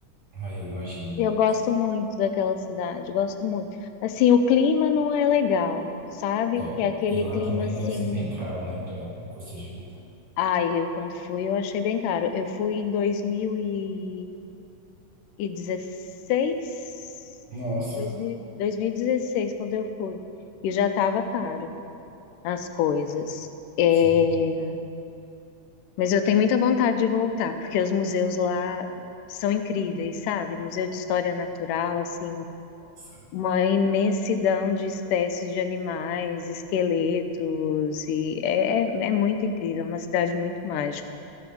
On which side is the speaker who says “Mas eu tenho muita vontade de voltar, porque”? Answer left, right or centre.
Left